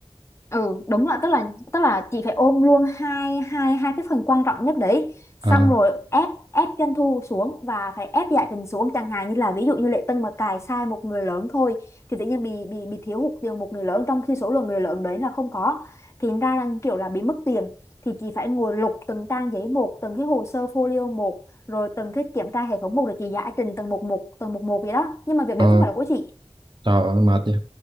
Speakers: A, on the left; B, on the right.
A: ừ đúng là tức là tức là chị phải ôm luôn hai hai hai cái phần quan trọng nhất đấy xong
B: à,
A: rồi ép ép doanh thu xuống và phải ép giải trình xuống chẳng hạn như là ví dụ như Lệ Tân mà cài sai một người lớn thôi thì tự nhiên bị bị bị thiếu hụt tiền một người lớn trong khi số lượng người lớn đấy là không có thì ra là kiểu là bị mất tiền thì chị phải ngồi lục từng trang giấy một từng cái hồ sơ folio một rồi từng cái kiểm tra hệ thống một để chị giải trình từng một một từng một một vậy đó nhưng mà việc
B: à,
A: đấy không phải là của chị
B: trời ơi, mệt vậy